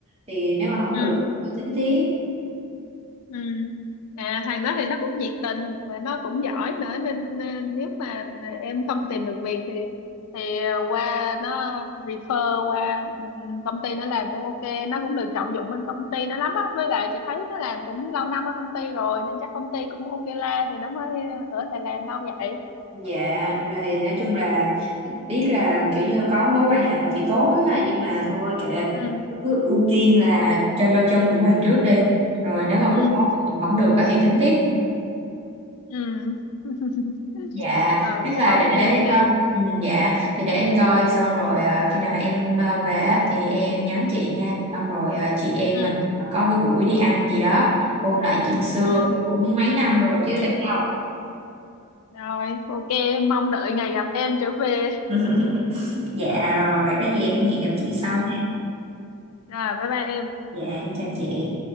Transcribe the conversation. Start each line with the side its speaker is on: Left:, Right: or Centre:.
Right: thì nếu mà không
Left: ừ
Right: được có tính tiếp
Left: Ừ. À, thằng đó thì nó cũng nhiệt tình mà nó cũng giỏi nữa nên, nên nếu mà em không tìm được việc thì thì qua nó refer qua ừm, công ty nó làm cũng ok nó cũng được trọng dụng bên công ty nó lắm á với lại chị thấy nó làm cũng lâu năm ở công ty rồi nên chắc công ty cũng ok la thì nó mới ở lại làm lâu vậy
Right: dạ này nói chung là biết là kiểu như có mối quan hệ thì tốt á nhưng mà thôi kệ
Left: ừ
Right: cứ ưu tiên là trên đôi chân của mình trước đi rồi nếu mà khúc
Left: ừ
Right: đó không được á thì tính tiếp
Left: ừ <laughs>
Right: dạ
Left: ừ
Right: chắc là
Left: thôi
Right: để
Left: cứ vậy đi
Right: ờ, ừ, dạ thì để em coi xong rồi ờ, khi nào mà em ờ, về á thì em nhắn chị nha xong rồi ờ, chị em
Left: ừ
Right: mình ờ, có cái buổi đi ăn gì đó ôn lại chuyện xưa
Left: ừ
Right: cũng mấy năm rồi chứ
Left: ừ
Right: ít đâu
Left: rồi ok mong đợi ngày gặp em trở về
Right: <laughs> dạ rồi vậy có gì em hẹn gặp chị sau
Left: ừ Rồi, bye bye em.
Right: Dạ em chào chị.